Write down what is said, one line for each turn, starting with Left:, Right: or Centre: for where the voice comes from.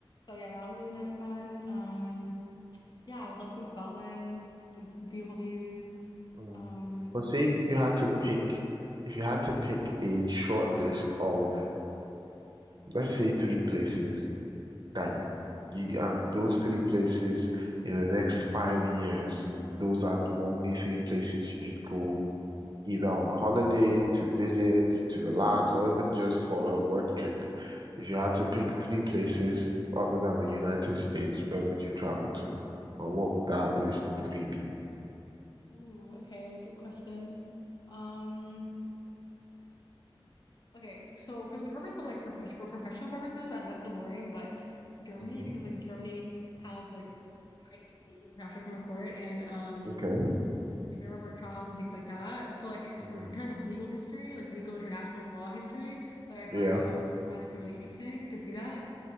Left: So yeah, that would be really no- fun. Um, yeah, I would love to go to Scotland. Like beautiful views.
Right: Mm.
Left: Um,
Right: But say if you had to pick if you had to pick a short list of let's say three places that
Left: mhm,
Right: you, you and those three places in the next five years, those are the only three places you could go either on a holiday, to visit, to relax, or even just for a work trip. If you had
Left: mhm.
Right: to pick three places other than the United States, where would you travel to? Or what would that list of three be?
Left: Ooh, okay, good question. Um. Okay, f- so for the purpose of like profession for professional purposes, and that's so boring, but Germany
Right: hmm
Left: because like Germany has like ICC, International Criminal Court, and um
Right: Okay.
Left: Nuremberg trials and things like that. So like it's
Right: Mhm.
Left: for in terms of legal history, like legal international law history, like I find
Right: Yeah.
Left: that I would find that to be really interesting to see that.